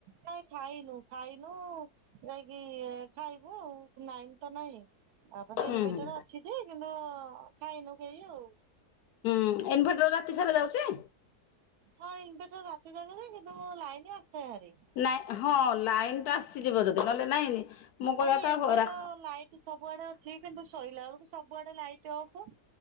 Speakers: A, on the right; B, on the left.
A: ନାଇଁ ଖାଇନୁ ଖାଇନୁ ଉ ଯାଇକି ଖାଇବୁ ନାଇନ ତ ନାଇଁ। ଆପରେ
B: ହୁଁ
A: ଇନଭେଟର
B: ହୁଁ
A: ଅଛିଯେକିନ୍ତୁ ଖାଇନୁ କେହି ଆଉ।
B: ଉଁ ଇନଭେଟର ରାତିସାରା ଯାଉଚି?
A: ହଁ ଇନଭେଟର ରାତି ଜାକେ ଯାଏ କିନ୍ତୁ ଲାଇନ ଆସେ ଭାରି।
B: ନାଇଁ ହଁ ଲାଇନ୍ ଟା ଆସିଯିବ ଯଦି ନହେଲେ ନାଇଁ। ମୁଁ କହିବା
A: ନାଇ
B: କଥା
A: ଏବେ
B: ରା
A: ତ ଲାଇଟ ସବୁଆଡେ ଅଛି କିନ୍ତୁ ଶୋଇଲା ବେଳକୁ ସବୁଆଡେ ଲାଇଟ୍ଅଫ।